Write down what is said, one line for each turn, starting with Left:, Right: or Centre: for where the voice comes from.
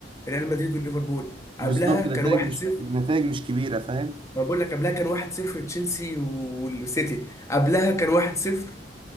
Left: ريال مدريد وليفربول
Right: بالظبط
Left: قبلها كان
Right: نتائج
Left: 1-0
Right: مش نتائج مش كبيره فاهم
Left: ما بقول لك قبلها كان 1-0 تشيلسي والسيتي قبلها كان 1-0